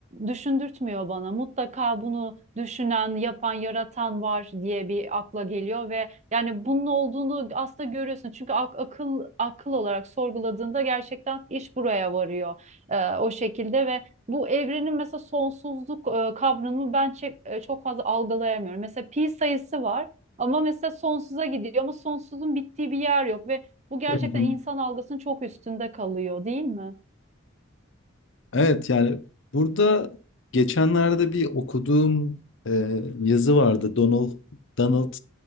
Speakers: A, on the right (about 30°); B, on the left (about 60°).
A: düşündürtmüyor bana. Mutlaka bunu düşünen, yapan, yaratan var diye bir akla geliyor ve yani bunun olduğunu aslında görüyorsun. Çünkü ak- akıl akıl olarak sorguladığında gerçekten iş buraya varıyor e, o şekilde ve bu evrenin mesela sonsuzluk e, kavramını ben çek- e, çok fazla algılayamıyorum. Mesela pi sayısı var. Ama mesela sonsuza gidiyor ama sonsuzun bittiği bir yer yok ve bu gerçekten
B: Hı hı.
A: insan algısının çok üstünde kalıyor, değil mi?
B: Evet yani burada geçenlerde bir okuduğum e, yazı vardı. Donald Donald